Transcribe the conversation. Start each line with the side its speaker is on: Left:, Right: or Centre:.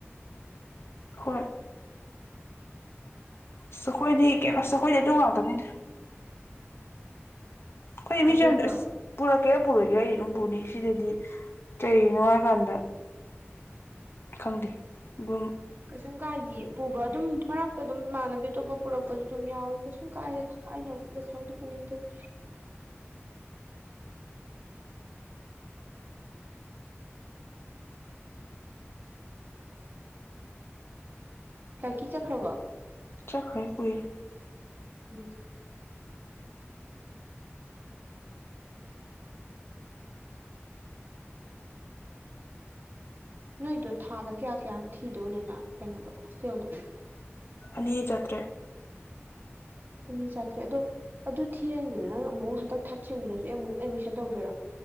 Left: ꯍꯣꯏ ꯁꯈꯣꯏꯗꯤ ꯀꯩꯅꯣ ꯁꯈꯣꯏꯗꯦ ꯑꯗꯨꯨꯡ ꯉꯥꯎꯗꯅꯤꯗ ꯍꯣꯏ
Right: ꯑꯗꯨꯒ
Left: ꯏꯃꯤꯖ ꯄꯨꯔꯥ ꯀꯌꯥ ꯄꯨꯔꯣꯏꯒꯦ ꯑꯩ ꯑꯗꯨꯝ ꯄꯨꯅꯤ ꯁꯤꯗꯗꯤ ꯀꯩꯅꯣ ꯍꯥꯏꯀꯥꯟꯗ ꯈꯜꯗꯤ ꯑꯗꯨ
Right: ꯀꯩꯁꯨꯝ ꯀꯥꯏꯗꯌꯦ ꯄꯨꯕ ꯑꯗꯨꯝ ꯃꯔꯛꯇ ꯑꯗꯨꯝ ꯏꯃꯥꯟꯅꯕꯤ ꯑꯇꯣꯞꯄ ꯄꯨꯔꯛꯄꯁꯨ ꯑꯗꯨꯝ ꯌꯥꯎꯏꯦ ꯀꯩꯁꯨꯝ ꯀꯥꯏꯗꯦ ꯑꯩꯅ ꯑꯃꯨꯛ ꯂꯩꯈꯥꯎꯗꯨ ꯄꯨꯅꯤꯡꯗꯁ ꯀꯀꯤ ꯆꯠꯈ꯭ꯔꯕ
Left: ꯆꯥꯛ ꯍ ꯎꯏ
Right: ꯎꯝ ꯅꯣꯏꯗꯣ ꯊꯥꯗ ꯀꯌꯥ ꯀꯌꯥ ꯊꯤꯗꯣꯂꯤꯅ ꯀꯩꯅꯣꯗꯣ ꯍꯣꯁꯇꯦꯜꯗꯣ
Left: ꯑꯅꯤ ꯌꯥꯖꯇ꯭ꯔꯦ
Right: ꯑꯅꯤ ꯆꯥꯇ꯭ꯔꯦ ꯑꯗꯣ ꯑꯗꯨ ꯊꯤꯔꯅꯤꯗꯨꯅ ꯅꯪ ꯑꯃꯨꯛ ꯍꯟꯗꯛ ꯊꯥꯔꯠ ꯁꯦꯕꯤꯗꯁꯨ ꯑꯃꯨꯛ ꯑꯦꯗꯃꯤꯁꯟ ꯇꯧꯗꯣꯏꯔꯣ